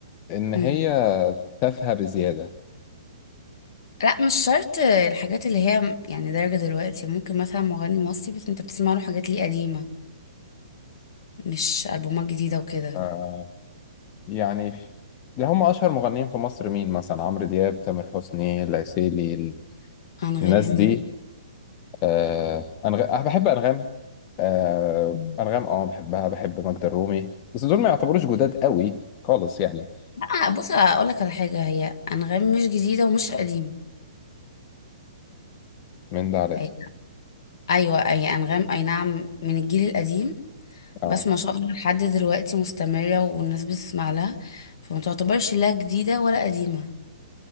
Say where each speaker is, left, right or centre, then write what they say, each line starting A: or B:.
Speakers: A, on the left; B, on the left.
A: إن
B: مم.
A: هي تافهة بزيادة
B: لا مش شرط الحاجات اللي هي يعني درجة دلوقتي ممكن مثلا مغني مصري بس انت بتسمع له حاجات ليه قديمة مش ألبومات جديدة وكده
A: أه يعني ده هم أشهر مغنيين في مصر مين مثلا عمرو دياب تامر حسني العسيلي
B: أنغام
A: الناس دي آه أنغ... أنا بحب أنغام آه
B: مم.
A: أنغام أه بحبها بحب ماجدة الرومي بس دول ما يعتبروش جداد قوي خالص يعني
B: لا بص أقول لك على حاجة هي أنغام مش جديدة ومش قديمة
A: من ده على
B: هي
A: ده
B: أيوة هي أنغام أي نعم من الجيل القديم
A: أه
B: بس ما شاء الله لحد دلوقتي مستمرة والناس بتسمع لها فما تعتبرش لا جديدة ولا قديمة